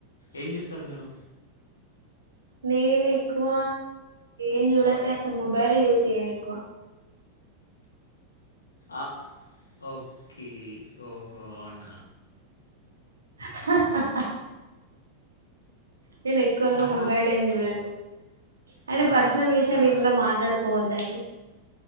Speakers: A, on the left; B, on the right.
A: ఏం చేస్తారు మీరు
B: నేను ఎక్కువ ఎం చూడను. అసలు మొబైల్ యూజ్ చేయ్యను ఎక్కువ.
A: అ ఒకే ఓహో అవున
B: హహ్ హహ్ నేను ఎక్కువగా
A: చాలా
B: మొబైల్ ఏం చూడను అయిన
A: చాలా
B: పర్సనల్ విషయాలు
A: చాలా
B: ఇండ్ల మాట్లాడుకోవద్దు అండి.